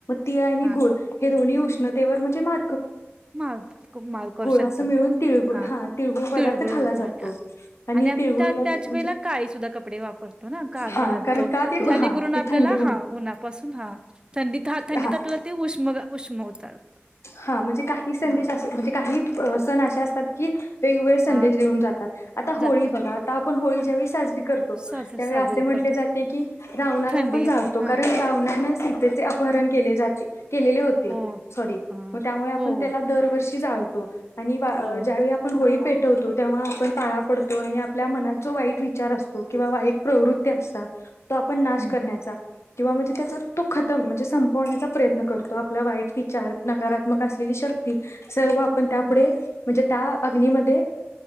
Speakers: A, on the left; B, on the right.
A: तिळ आणि
B: हा
A: गुळ हे दोन्ही उष्ण. उष्णतेवर म्हणजे मा
B: माल माल करू शकतात,
A: असं मिळून तिळगुळ
B: हा
A: पदार्थ
B: तिळगुळ
A: खाल्ला
B: होत
A: जातो
B: आणि आणि आपण
A: तिळगुळीला
B: त्या त्याच
A: म्हणजे
B: वेळेला काळी सुद्धा कपडे वापरतो ना काग
A: हा
B: घालतो,
A: कारण का ते
B: ज्यानेकरून
A: हा की
B: आपल्याला
A: थंडीमुळे
B: हा उन्हापासून हा थंडी थंडीत
A: हा
B: आपल्यालाते उष्म मग उष्म होतात.
A: हा म्हणजे काह ही संदेश
B: हा
A: असे म्हणजे का <inaudible> अ सण अशे असतात की, वेगवेगळे संदेश
B: हा
A: देऊन जातात. आता होळी
B: जातात
A: बघा आता आपण होळी ज्यावेळी साजरी करतो
B: साजरी
A: त्यावेळी
B: साजरी
A: असे म्हटले
B: करतोय
A: जाते की रावणाला
B: थंडी
A: आपण जाळतो
B: हा
A: कारण रावणा सीतेचे अपहरण केले जाते. केलेले होते.
B: हो.
A: सॉरी
B: हां.
A: मग त्यामुळे आपण
B: हो, हो,
A: त्याला दरवर्षी जाळ तो. आणि वा
B: हो.
A: ज्यावेळी आपण होळी पेट वतो तेव्हा आपण पाया पडतो आणि आपल्या मनात जो वाईट विचार असतो किंवा वाईट प्रवृत्ती असतात तो आपण नाश
B: हं.
A: करण्याचा किंवा म्हणजे त्याचा तो खतम म्हणजे संपवण्याचा प्रयत्न करतो आपला वाईट विचार नकारात्मक असलेली शक्ती सर्व पण त्यापुढे
B: हं.
A: म्हणजे त्या अग्नीमध्ये